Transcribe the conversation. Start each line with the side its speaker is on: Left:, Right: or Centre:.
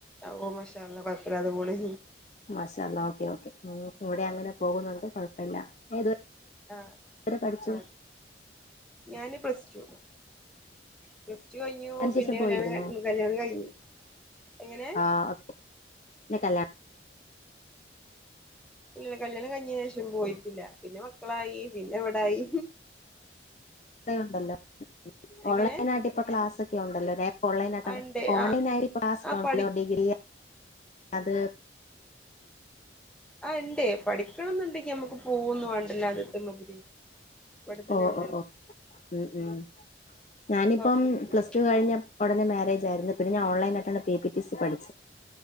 Centre: ഓഹ് മശാഅള്ള! കുഴപ്പല്ലാതെ പോണ്.
Left: മാഷഅള്ളാ! ഓക്കേ ഓക്കേ, ഉം.. ഇവിടെ അങ്ങനെ പോകുന്നുണ്ട്, കുഴപ്പമില്ല. ഏത്?
Centre: ആഹ്
Left: എത്രെ പഠിച്ചു?
Centre: ആഹ് ഞാന് പ്ലസ് ടു. പ്ലസ്ടു കഴിഞ്ഞു
Left: അതിനുശേഷം
Centre: പിന്നെ
Left: പോയിരുന്നോ
Centre: കല്യാണം കല്യാണം കഴിഞ്ഞു. എങ്ങനെ?
Left: ആഹ് കെ. <unintelligible>
Centre: ഇല്ല കല്യാണം കഴിഞ്ഞീന് ശേഷം പോയിട്ടില്ല. പിന്നെ മക്കളായി പിന്നെ ഇവ് തായി.
Left: ണ്ടല്ലോ,
Centre: എങ്ങനെ
Left: ഓൺലൈൻ ആയിട്ട് ഇപ്പൊ ക്ലാസൊക്കെ ഉണ്ടല്ലോ? ഓൺലൈനായിട്ടാണ്.
Centre: ആഹ് ഇണ്ട്
Left: ഓൺലൈൻ
Centre: ആഹ്
Left: ആയി ക്ലാസ്ല്ലോ
Centre: ആഹ് പഠി
Left: ഡിഗ്രി അത്...
Centre: ആഹ് ഇണ്ട്. പഠിക്കണന്നുണ്ടങ്കി നമ്മുക്ക് പോകുന്നു വണ്ടല്ലോ, ആദ്യത്തെ മാതിരി. ഇവിടെത്തന്നെ
Left: ഓ
Centre: ഇണ്ടല്ലോ
Left: ഓ ഓ, ഉം ഉം. ഞാനിപ്പം
Centre: കൊഴപ്പൊന്നുല്ല
Left: പ്ലസ്ടു കഴിഞ്ഞ... ഉടനെ മേരേജ് ആരുന്നു. പിന്ന ഞ ഓൻലൈായിയിട്ടാണ് പി പി ടി സി പഠി